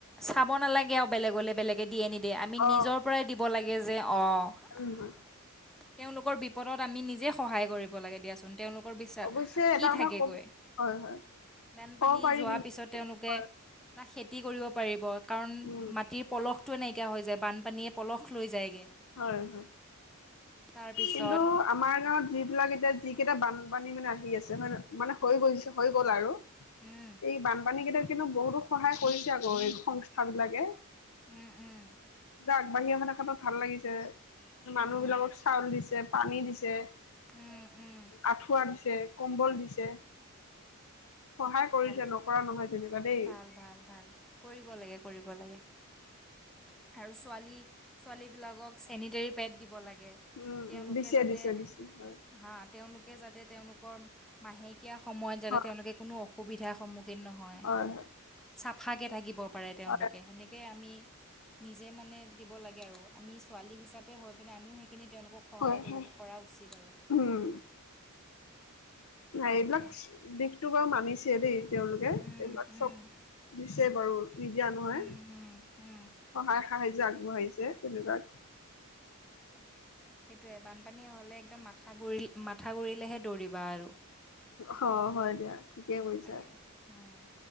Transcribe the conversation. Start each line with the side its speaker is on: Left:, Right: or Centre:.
Centre: চাব নালাগে আৰু বেলেগলৈ বেলেগে দিয়ে নিদিয়ে আমি
Left: অ
Centre: নিজৰ পৰাই দিব লাগে যে অ <unintelligible>
Left: উম হয়
Centre: তেওঁলোকৰ বিপদত আমি নিজে সহায় কৰিম। দিয়া চুন।। তেওঁলোকৰ পিছে
Left: অৱশ্যে
Centre: কি
Left: এটা কথা
Centre: থাকেগৈ
Left: কম হয় হয়
Centre: <unintelligible> বানপানী
Left: ক'ব পাৰি
Centre: যোৱাৰ
Left: কিন্তু
Centre: পিছত তেওঁলোকে
Left: হয়
Centre: না খেতি খেতি কৰিব পাৰিব কাৰণ
Left: উম
Centre: মাটিৰ পলসটোে নাইকিয়া হৈ যায় বানপানীয়ে পলস লৈ যায়গৈ?
Left: হয় হয়
Centre: তাৰপিছত
Left: কিন্তু আমাৰ গাঁৱত। যিবিলাক এতিয়া যিকেইটা বানপানী মানে আহি আছে ম মানে হৈ গৈছে হৈ গ'ল আৰু
Centre: উম,
Left: এই বানপানী কেইট কিন্তু বহুতো সহায় কৰিছে আকৌ এই সংস্থাবিলাকে।
Centre: উম উম
Left: আগবাঢ়ি অহা দেখাতটো ভাল লাগিছে মানুহ
Centre: উম,
Left: বিলাকক চাউল দিছে পানী দিছে?
Centre: উম, উম,
Left: আঠুৱা দিছে কম্বল দিছে। সহায় কৰিছে
Centre: ভালে
Left: নকৰা নহয় যেনিবা দেই।
Centre: ভাল ভাল ভাল কৰিব লাগে কৰিব লাগে। <unintelligible> আৰু ছোৱালী ছোৱালী বিলাকক? চেনিতেৰি পেড দিব লাগে
Left: উম,
Centre: তেওঁলোকে
Left: উম, দিছে
Centre: যাতে
Left: দিছে দিছে হয়।
Centre: হা। যাতে তেওঁলোকৰ মাহেকীয়া সময়ত যাতে
Left: হয়,
Centre: তেওঁলোকে কোনো অসুবিধা সন্ন <unintelligible> খেন নহয়
Left: হয়,
Centre: চাফাকৈ থাকিব পাৰে তেওঁলোকে
Left: হয়,
Centre: সেনেকৈ আমি। <unintelligible> নিজে মানে দিব লাগে আৰু আমি ছোৱালী হিচাপে হৈ পিনে আমিও সেইখিনি তেওঁলোকক সহায়
Left: হয়,
Centre: কৰিব
Left: হয়,
Centre: কৰা উচিত আৰু।
Left: উম।
Centre: <unintelligible>
Left: নাই
Centre: তাকে
Left: এইবিলাক দিশত ব আৰু মানিছে দেই। তেওঁলোকে
Centre: উম
Left: তেওঁবিলাক
Centre: উম
Left: চব দিছে বাৰু নিদিয়া নহয়
Centre: উম
Left: সহায়।
Centre: হুম হুম
Left: সাহা্য আগবঢ়াইছে ধন্যবাদ।
Centre: সেইটোোৱে বানপানী হলে একদম মাথাৰি মাথা গুৰিলেহে দৌৰিবা আৰু
Left: হয় হয় দিয়া ঠিকেই কৰিছা
Centre: তাকে উম